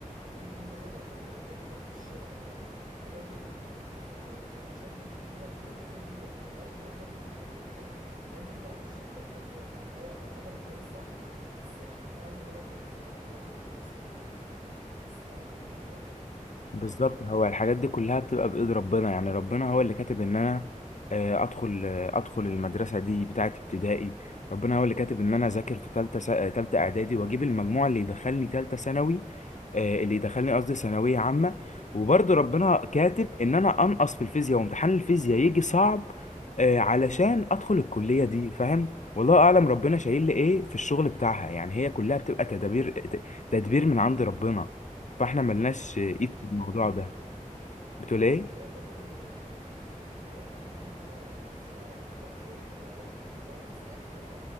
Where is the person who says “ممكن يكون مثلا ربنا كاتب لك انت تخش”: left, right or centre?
Right